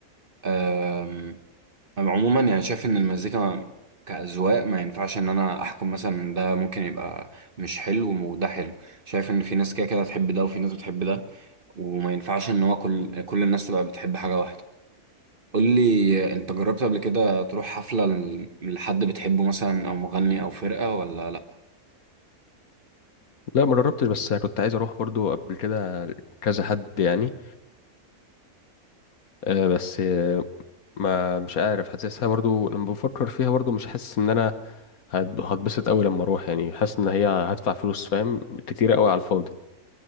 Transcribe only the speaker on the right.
آم، أنا عموما يعني شايف ان المزيكا كأذواق ما ينفعش ان انا احكم مثلا ده ممكن يبقى مش حلو وده حلو شايف ان في ناس كده كده تحب ده وفي ناس بتحب ده وما ينفعش ان هو كل كل الناس تبقى بتحب حاجه واحده قول لي انت جربت قبل كده تروح حفلة ل- لحد بتحبه مثلا او مغني او فرقة ولا لا